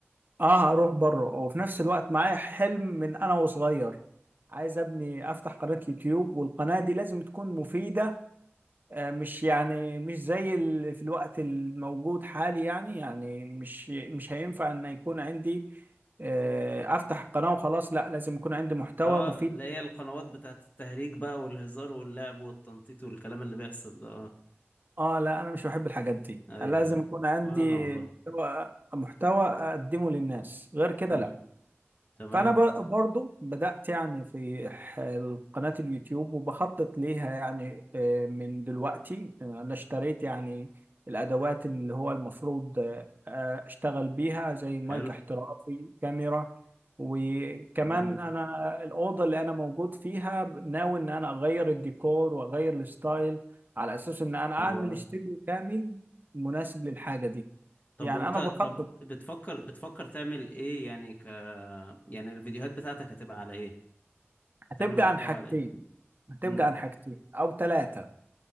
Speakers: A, on the right; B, on the left.
A: اه اروح بره وفي نفس الوقت معايا حلم من انا وصغير عايز ابني افتح قناه يوتيوب والقناه دي لازم تكون مفيده آه، مش يعني مش زي ال- في الوقت الموجود حالي يعني يعني مش مش هينفع ان يكون عندي آه، افتح قناة وخلاص لا لازم يكون عندي محتوى
B: اه
A: مفيد
B: اللي هي القنوات بتاعت التهريج بقى والهزار واللعب والتنطيط والكلام اللي بيحصل ده اه
A: اه لا انا مش بحب الحاجات دي
B: ايوه
A: لازم
B: ايوه
A: يكون عندي
B: ولا انا والله
A: محتوى محتوى اقدمه للناس غير كده
B: امم
A: لا
B: تمام
A: فانا بر- برضو بدات يعني في ح- قناه اليوتيوب وبخطط ليها يعني آه، من دلوقتي آه، انا اشتريت يعني الادوات اللي هو المفروض آه، آه، اشتغل بيها زي مايك
B: حلو
A: احترافي كاميرا وكمان
B: جامد
A: انا الاوضه اللي انا موجود فيها ناوي ان انا اغير الديكور واغير الستايل على اساس ان انا اعمل
B: حلو قوي
A: استوديو كامل مناسب للحاجه دي
B: طب
A: يعني
B: وانت
A: انا بخطط
B: طب بتفكر بتفكر تعمل ايه يعني ك يعني الفيديوهات بتاعتك هتبقى على ايه
A: هتبقى
B: تعمل محتوى
A: عن حاجتين
B: عليه
A: هتبقى
B: امم
A: عن حاجتين او ثلاثه